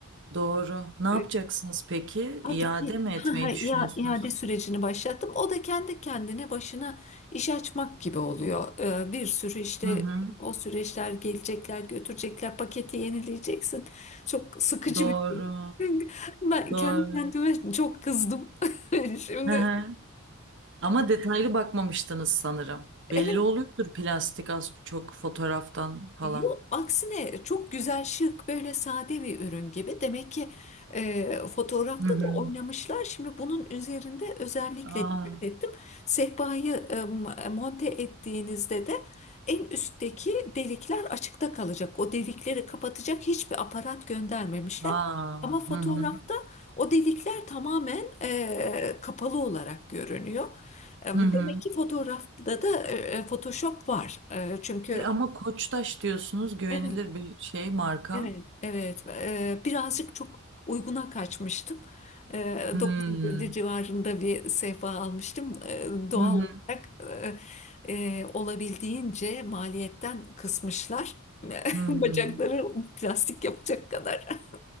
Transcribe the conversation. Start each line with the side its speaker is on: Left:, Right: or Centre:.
Right: Doğru. Ne yapacaksınız
Left: Ee,
Right: peki?
Left: Artık
Right: İade
Left: i-
Right: mi etmeyi düşünüyorsunuz?
Left: <laughs> ya iade sürecini başlattım. O da kendi kendine başına iş açmak gibi oluyor. Ee, bir sürü işte
Right: Hı hı.
Left: o süreçler gelecekler, götürecekler, paketi yenileyeceksin. Çok sıkıcı
Right: Doğru.
Left: bir süreç. <laughs> Ben
Right: Doğru.
Left: kendi kendime çok kızdım. <laughs> Şimdi
Right: Hı hı. Ama detaylı bakmamıştınız sanırım. Belli
Left: evet.
Right: oluyordur plastik az çok fotoğraftan falan.
Left: Yok, aksine çok güzel şık böyle sade bir ürün gibi. Demek ki e, fotoğrafta
Right: Hı hı.
Left: da oynamışlar. Şimdi bunun üzerinde özellikle
Right: Aa,
Left: dikkat ettim. Sehpayı e, m- monte ettiğinizde de en üstteki delikler açıkta kalacak. O delikleri kapatacak hiçbir aparat göndermemişler.
Right: aa.
Left: Ama fotoğrafta
Right: Hı hı.
Left: o delikler tamamen e, kapalı olarak görünüyor. E, Demek
Right: Hı hı.
Left: ki fotoğrafta da e, Photoshop var. E, çünkü
Right: E ama Koçtaş diyorsunuz güvenilir
Left: Evet.
Right: bir şey marka.
Left: Evet, evet. Eee, birazcık çok uyguna kaçmıştım. Eee
Right: Hmm.
Left: 950 civarında bir sehpa almıştım. Eee, doğal
Right: Hı hı.
Left: olarak eee, eee, olabildiğince maliyetten kısmışlar. <laughs>
Right: Hı hı.
Left: Bacakları plastik yapacak kadar. <laughs>